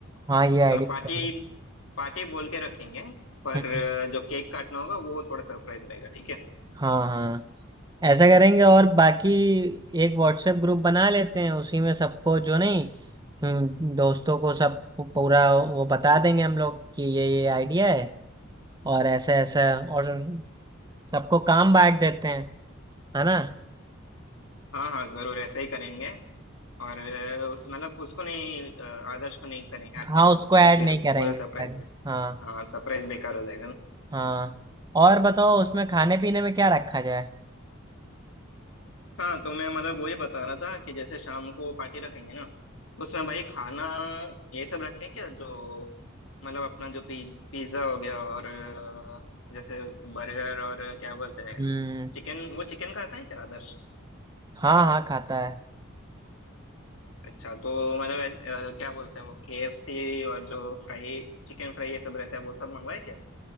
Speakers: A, on the right (about 20°); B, on the left (about 75°).
A: हाँ ये
B: मतलब
A: आइडिया
B: पार्टी
A: सही है
B: पार्टी बोल के रखेंगे पर
A: हम्म,
B: अ, जो केक काटना होगा वो थोड़ा सरप्राइज रहेगा ठीक है
A: हाँ हाँ ऐसा करेंगे और बाकी एक व्हाट्सएप ग्रुप बना लेते हैं उसी में सबको जो नहीं हम्म, दोस्तों को सब पू- पूरा वो बता देंगे हम लोग कि ये ये आइडिया है और ऐसा ऐसा और सबको काम बांट देते हैं है ना
B: हाँ हाँ जरूर ऐसा ही करेंगे और अ, उस मतलब उसको नहीं अ, आदर्श को नहीं करें ऐड
A: हाँ
B: करेंगे
A: उसको
B: क्योंकि
A: ऐड
B: फिर
A: नहीं करेंगे
B: पूरा सरप्राइज
A: हाँ
B: हाँ सरप्राइज बेकार हो जाएगा
A: हाँ और बताओ उसमें खाने पीने में क्या रखा जाए
B: हाँ तो मैं मतलब वही बता रहा था कि जैसे शाम को पार्टी रखेंगे ना उसमें भाई खाना ये सब रखें क्या जो मतलब अपना जो पी, पिज्ज़ा हो गया और अ, जैसे बर्गर और क्या बोलते हैं
A: हम्म
B: चिकन वो चिकन खाता है क्या आदर्श
A: हाँ हाँ खाता है
B: अच्छा तो मतलब ऐस- अ, क्या बोलते हैं वो केएफसी और जो फ्राई चिकन फ्राई ये सब रहता है वो सब मंगवाए क्या